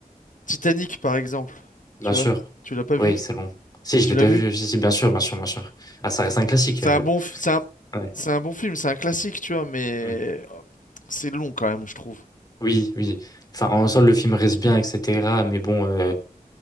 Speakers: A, on the left; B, on the left.
A: Titanic, par exemple.
B: Bien
A: Tu
B: sûr.
A: vois, tu l'as pas
B: Oui,
A: vu?
B: c'est long. Si, je
A: Tu
B: l'ai déjà
A: l'as vu?
B: vu. Si, si, bien sûr, bien sûr, bien sûr. Ah, ça reste un classique.
A: C'est
B: euh,
A: un bon, f- c'est un,
B: ouais.
A: c'est un bon film, c'est un classique, tu vois, mais
B: Mm.
A: euh, c'est long quand même, je trouve.
B: Oui, oui. Enfin, en soi, le film reste bien, etc. Mais bon, euh,